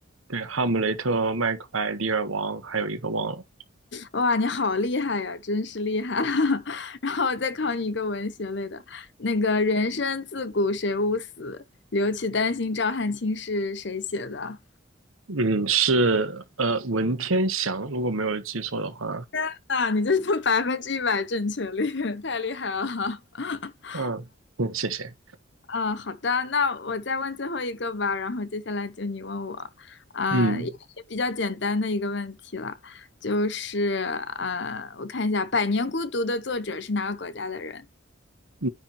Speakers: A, on the right (about 85°); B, on the left (about 55°).
A: 对，《哈姆雷特》、《麦克白》、《李尔王》，还有一个忘了，
B: 哇，你好厉害呀、真是厉害！<laughs> 然后我再考你一个文学类的，那个“人生自古谁无死，留取丹心照汗青”是谁写的？
A: 嗯，是呃文天祥，如果没有记错的话，
B: <laughs> 那你这是百分之一百正确率，太厉害了。<laughs>
A: 嗯嗯，谢谢，
B: 啊，好的，那我再问最后一个吧，然后接下来就你问我，啊，
A: 嗯。
B: 也也比较简单的一个问题了，就是呃，我看一下《百年孤独》的作者是哪个国家的人？
A: 嗯，